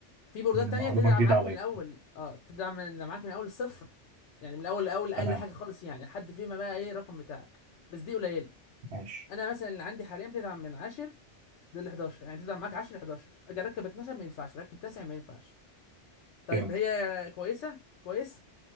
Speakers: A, on the left (about 75°); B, on the right (about 70°).
A: في بوردات
B: معلومه
A: تانية تدعم
B: جديده
A: معاك
B: عليا
A: من الأول اه تدعم من معاك من أول الصفر يعني من الأول لأول أقل
B: تمام
A: حاجة خالص يعني لحد فيما بقى إيه الرقم بتاعك بس دي قليلة
B: ماشي
A: أنا مثلا اللي عندي حاليا بتدعم من 10 لل 11 يعني تدعم معاك 10 11 أجي أركب 12 ما ينفعش أركب 9 ما ينفعش طيب
B: فهمت
A: هي كويسة كويس